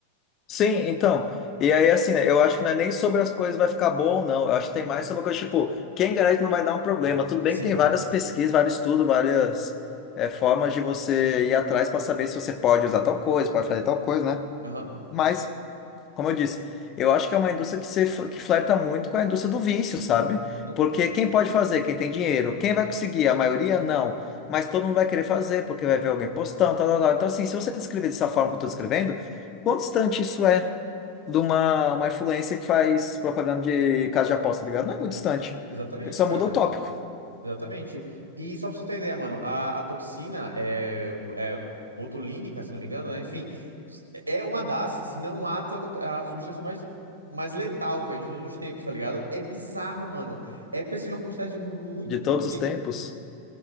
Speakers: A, on the left (about 35°); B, on the right (about 80°).
A: Sim, então. E aí, assim, né, eu acho que não é nem sobre as coisas vai ficar bom ou não. Eu acho
B: Uhum.
A: que tem mais sobre a coisa, tipo, quem garante não vai dar um problema. Tudo bem
B: Sim.
A: que tem várias pesquisas, vários estudos, várias é, formas de você ir atrás para saber se você pode usar tal coisa, pode fazer tal coisa, né?
B: Aham.
A: Mas. Como eu disse, eu acho que é uma indústria que, se, fl- que flerta muito com a indústria do vício, sabe?
B: Uhum.
A: Porque quem pode fazer? Quem tem dinheiro. Quem vai conseguir? A maioria, não. Mas todo mundo vai querer fazer, porque vai ver alguém postando, tal, tal, tal. Então, assim, se você descrever dessa forma que eu estou descrevendo, quão distante isso é de uma, uma influência que faz propaganda de casa de aposta, tá ligado? Não é muito
B: Ex-
A: distante.
B: exatamente,
A: Ele só
B: cara.
A: muda o tópico
B: Exatamente. E só pra você ter ideia, mano, a, a toxina é, é botulínica, se não me engano, né? Enfim, é uma das, se não a, to- a substância mais, mais letal, velho, de todos os tempos, tá ligado? É bizarro, mano. É preciso de uma quantidade muito
A: de
B: pequena.
A: todos os tempos.